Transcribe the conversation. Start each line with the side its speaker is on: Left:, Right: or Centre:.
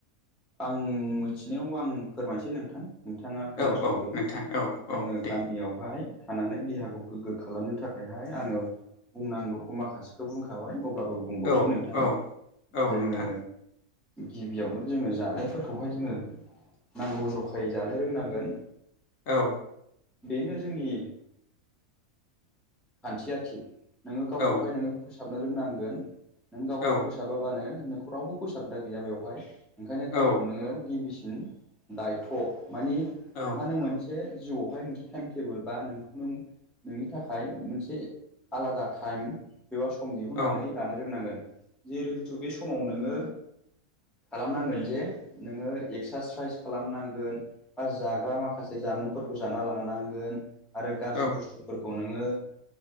Centre: आं मिथिनायाव आं फोरमायसै नोंथां। नोंथाङा खोनासंदो
Left: औ औ नोंथां औ
Centre: जोङो
Left: औ दे
Centre: गामियावहाय थानानै देहाखौ गोगो खालामनो थाखायहाय आङो बुंनांगौखौ माखासेखौ बुंखाबाय ब्लाबो बुंबावसै
Left: औ
Centre: नोंथां
Left: औ औ
Centre: जोङो
Left: नोंथां
Centre: गिबियावनो जोङो जानायफोरखौहाय जोङो नांगौ ज'खायै जानो रोंनांगोन।
Left: औ
Centre: बेनो जोंनि खानथिया थि नोङो गावखौहाय
Left: औ
Centre: नोङो फोसाबनो रोंनांगोन नों गावखौ
Left: औ
Centre: फोसाबाबानो नोंखौ रावबो फोसाबग्रा गैया बेवहाय ओंखायनो गावखौ
Left: औ
Centre: नोङो गिबिसिन दायथ' मानि
Left: औ
Centre: नोंहानो मोनसे जिउआवहाय मोनसे टाइम टेबोल बा नोंखौनो नोंनि थाखा थाखाय मोनसे आलादा थाइम एबा सम दिहुननानै
Left: औ
Centre: लानो रोंनांगोन। जिहेथु बे समाव नोङो खालामनांगोन जे नोङो एक्सारसाइस खालामनांगोन बा जाग्रा माखासे जामुंफोरखौ जाना लांनांगोन आरो गाज्रि
Left: औ
Centre: बुस्थुफोरखौ खौ नोङो